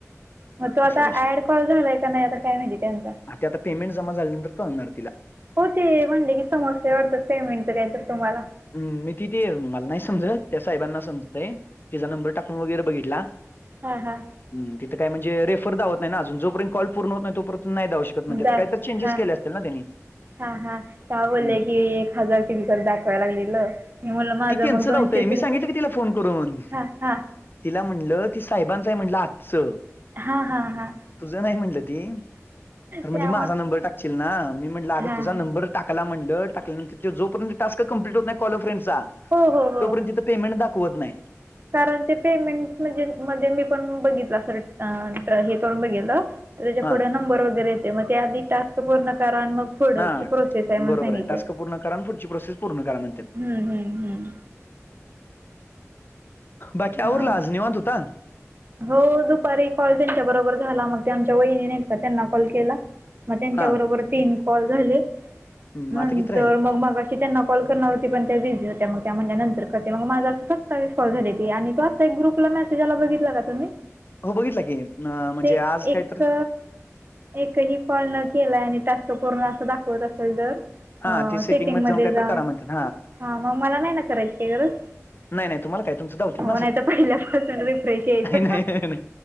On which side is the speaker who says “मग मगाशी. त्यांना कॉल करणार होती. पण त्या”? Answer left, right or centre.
Right